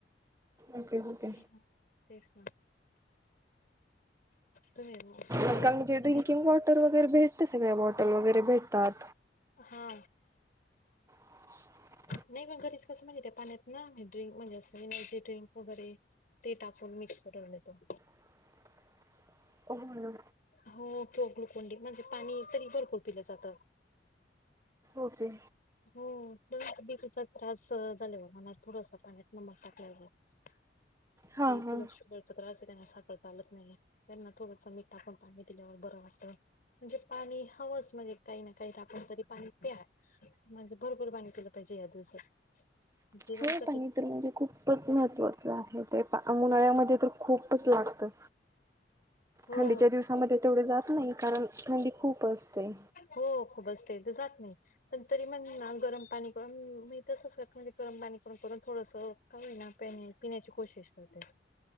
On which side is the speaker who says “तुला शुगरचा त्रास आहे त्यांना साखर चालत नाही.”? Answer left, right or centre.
Left